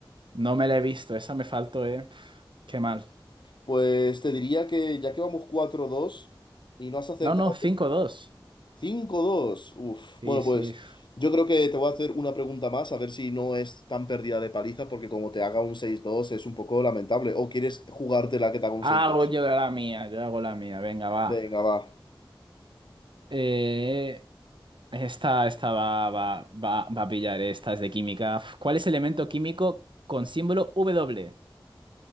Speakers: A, on the right; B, on the left.
A: No me la he visto, esa me faltó, eh. Pf, Qué mal.
B: Pues te diría que ya que vamos cuatro dos y no has acertado
A: No, no, cinco
B: esta,
A: dos.
B: cinco dos, Uf.
A: Sí,
B: Bueno,
A: sí.
B: pues
A: pf.
B: yo creo que te voy a hacer una pregunta más, a ver si no es tan perdida de paliza, porque como te haga un seis dos es un poco lamentable. ¿O quieres jugarte la que te haga un
A: Hago
B: seis dos.
A: yo la mía, yo hago la mía. Venga, va.
B: Venga, va.
A: Eh, esta, esta va, va, va, va a pillar, eh, esta es de química. Pf, ¿Cuál es el elemento químico con símbolo W?